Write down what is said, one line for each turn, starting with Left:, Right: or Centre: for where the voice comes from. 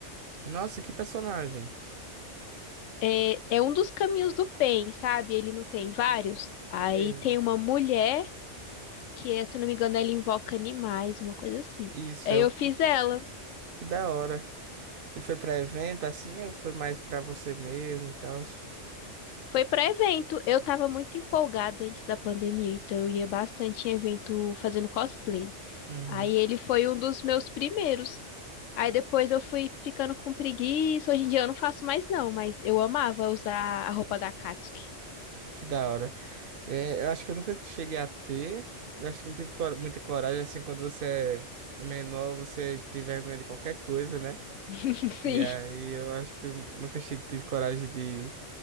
Right: Nossa, que personagem!
Left: É, é um dos caminhos do Pain, sabe? Ele não tem vários. Aí
Right: É,
Left: tem uma mulher que é, se eu não me engano, ela invoca animais, uma coisa assim.
Right: Isso,
Left: Aí
Right: é
Left: eu
Right: o
Left: fiz ela.
Right: Que da hora. E foi pra evento assim ou foi mais pra você mesmo e tal?
Left: Foi para evento. Eu tava muito empolgada antes da pandemia, então eu ia bastante em evento fazendo cosplay.
Right: Uhum.
Left: Aí ele foi um dos meus primeiros. Aí depois eu fui ficando com preguiça. Hoje em dia eu não faço mais não, mas eu amava usar a roupa da Katsuki.
Right: Que da hora. É, eu acho que eu nunca cheguei a ter. Eu acho que não tive cor- muita coragem assim quando você é menor, você tem vergonha de qualquer coisa, né?
Left: <laughs> Sim.
Right: E aí eu acho que eu nunca cheguei, tive coragem de,